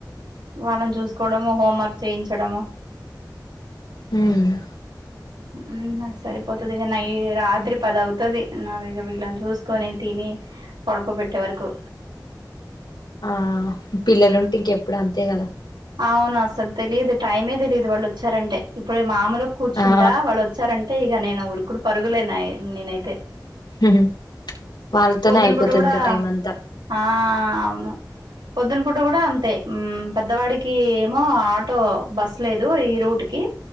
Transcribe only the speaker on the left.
ఉమ్మ్మ్
ఆ పిల్లలుంటే ఇంకెప్పుడ్ అంతే గదా
ఆ
ఉహ్ వాళ్ళతోనే
అయిపోతదింక
టైం అంతా